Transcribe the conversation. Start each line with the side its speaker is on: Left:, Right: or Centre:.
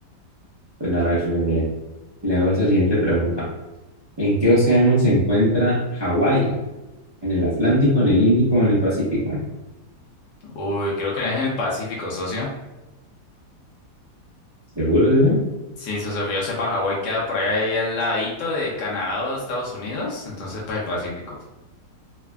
Right: a ver, socio, mire. Le hago esa siguiente pregunta. ¿En qué océano se encuentra Hawái? ¿En el Atlántico, en el Índico o en el Pacífico?
Left: Uy, creo que no es en el Pacífico, socio.
Right: ¿Seguro, socio?
Left: Sí, socio, que yo sepa, Hawái queda por ahí al ladito de Canadá o Estados Unidos. Entonces, pues el Pacífico.